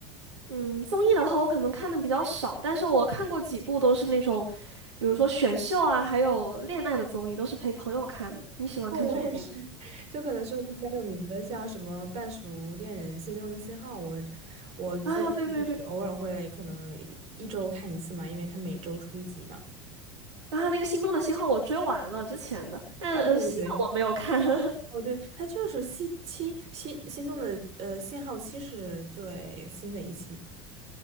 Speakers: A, on the right (about 75°); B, on the right (about 45°).
A: 嗯，综艺的话，我可能看的比较少，但是我看过几部都是那种，比如说选秀啊，还有恋爱的综艺，都是陪朋友看的。你喜欢看什么综艺？
B: 嗯，我也是。<laughs> 就可能说比较有名的，像什么《半熟恋人》《心中的信号》我，我最近就是偶尔会可能一周看一次嘛，
A: 啊，对对对，
B: 因为他每周出一集嘛。
A: 然后那个《心动的信号》我追完了之前的，但呃新的我没有看
B: 哦，对对对，
A: <laughs>
B: 哦，对，他就是西七新，心动的呃信号七是最新的一期。